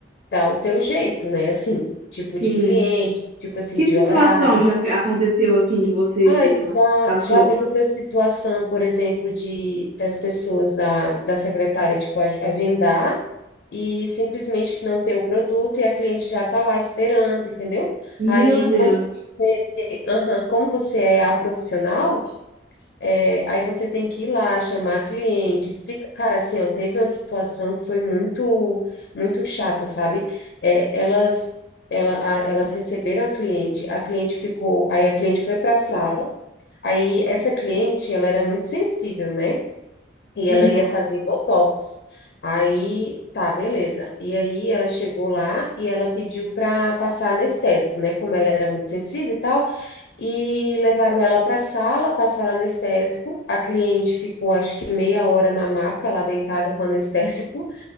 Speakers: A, on the left; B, on the right.
A: dá o teu jeito, né? Assim, tipo
B: sim.
A: de cliente, tipo assim,
B: Que
A: de
B: situação
A: horários.
B: já que aconteceu assim que você
A: Ai, já,
B: passou?
A: já aconteceu situação, por exemplo, de das pessoas da, da secretária, tipo, ag- agendar e simplesmente não ter o produto e a cliente já tá lá esperando, entendeu?
B: Meu
A: Aí,
B: Deus.
A: como você, aham, como você é a profissional, é, aí você tem que ir lá, chamar cliente, explica. Cara, assim, ó, teve uma situação que foi muito, muito chata, sabe? É, elas, ela, a- elas receberam a cliente, a cliente ficou, aí a cliente foi para a sala. Aí essa cliente, ela era muito sensível, né? E
B: Hum.
A: ela ia fazer botox. Aí, tá, beleza. E aí ela chegou lá e ela pediu para passar anestésico, né? Como ela era muito sensível e tal. E levaram ela para a sala, passaram anestésico. A cliente ficou, acho que meia hora na maca, lá deitada com anestésico.